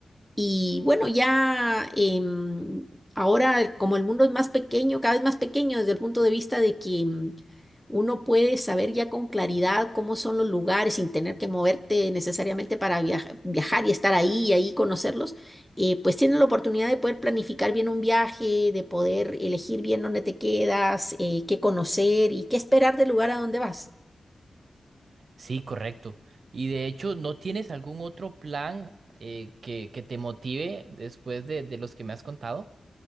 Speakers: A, in the centre; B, on the right.
A: Y bueno, ya em, ahora como el mundo es más pequeño, cada vez más pequeño desde el punto de vista de que em, uno puede saber ya con claridad cómo son los lugares sin tener que moverte necesariamente para viaja- viajar y estar ahí y ahí conocerlos, eh, pues tienes la oportunidad de poder planificar bien un viaje, de poder elegir bien dónde te quedas, eh, qué conocer y qué esperar del lugar a donde vas.
B: Sí, correcto. Y de hecho, ¿no tienes algún otro plan eh, que, que te motive después de de los que me has contado?